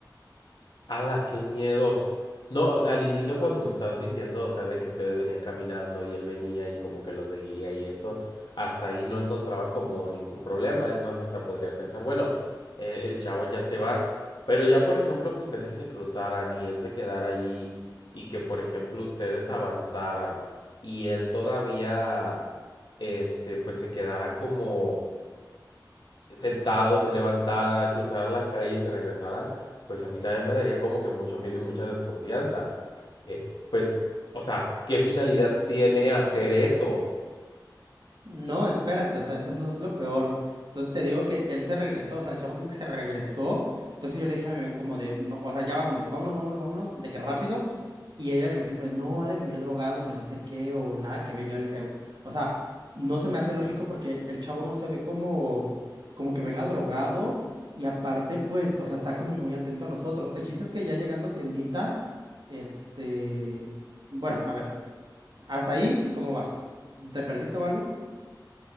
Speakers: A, on the left; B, on the right.
A: ¡Hala, qué miedo! No, o sea, al inicio cuando me estabas diciendo, o sea, de que ustedes venían caminando y él venía y como que lo seguía y eso, hasta ahí no encontraba como ningún problema. Es más, hasta podría pensar, bueno, el, el chavo ya se va. Pero ya, por ejemplo, que ustedes se cruzaran y él se quedara ahí y que, por ejemplo, ustedes avanzaran y él todavía, este, pues se quedara como sentado se levantara, cruzara la calle y se regresara, pues a mí también me daría como que mucho miedo y mucha desconfianza. Eh, pues, o sea, ¿qué finalidad tiene hacer eso?
B: No, espérate, o sea, eso no es lo peor. Entonces te digo que él se regresó, o sea, el chavo como que se regresó. Entonces yo le dije a mi mamá como de, no, o sea, ya vámonos, vámonos, vámonos, vámonos, de que rápido. Y ella venía así como de, no, ha de venir drogado, que no sé qué, o nada que ver. Yo le decía, o sea, no se me hace lógico porque el chavo no se ve como, como que venga drogado. Y aparte, pues, o sea, está como muy atento a nosotros. El chiste es que ya llegando a tiendita, este, bueno, a ver, hasta ahí, ¿cómo vas? ¿Te perdiste o algo?